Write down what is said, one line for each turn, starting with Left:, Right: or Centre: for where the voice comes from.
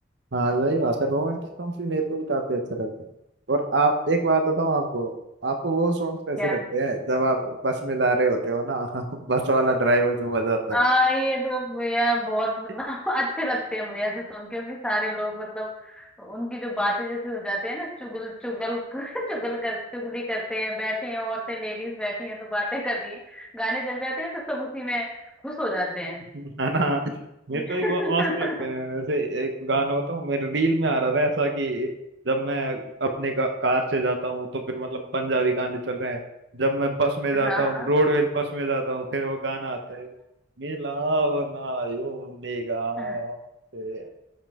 Right: हाँ सही बात है रोमांटिक सॉन्ग्स भी मेरे को भी काफी अच्छे लगते हैं और आप एक बात बताऊँ आपको आपको वो सॉन्ग्स कैसे
Centre: क्या
Right: लगते हैं जब आप बस में जा रहे होते हो ना <laughs> बस वाला ड्राइवर जो बजाता
Centre: आ, ये तो यार बहुत मतलब
Right: है
Centre: <laughs> अच्छे लगते हैं मुझे ऐसे सॉन्ग क्योंकि सारे लोग मतलब उनकी जो बातें जैसे हो जाते हैं ना चुगल चुगल <laughs> चुगल कर चुगली करते हैं बैठे हैं औरतें लेडीज बैठी हैं तो बातें कर रही हैं गाने चल जाते हैं तो सब उसी में खुश हो जाते
Right: <laughs>
Centre: हैं
Right: है ना मेरे को
Centre: <laughs>
Right: भी बहुत मस्त लगते हैं वैसे एक गाना बताऊं मेरे रील में आ रहा था ऐसा कि जब मैं अपने गा- कार से जाता हूँ तो फिर मतलब पंजाबी गाने चल रहे हैं जब मैं बस में जाता
Centre: हाँ
Right: हूँ रोडवेज बस में जाता हूँ फिर वो गाना आता है मिलाओ ना यूं निगाह
Centre: हाँ
Right: से